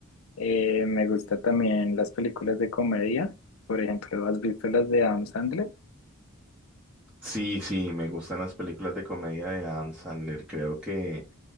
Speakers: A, on the left; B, in the centre.
A: Eh, me gusta también las películas de comedia, por ejemplo, ¿has visto las de Adam Sandler?
B: Sí, sí, me gustan las películas de comedia de Adam Sandler. Creo que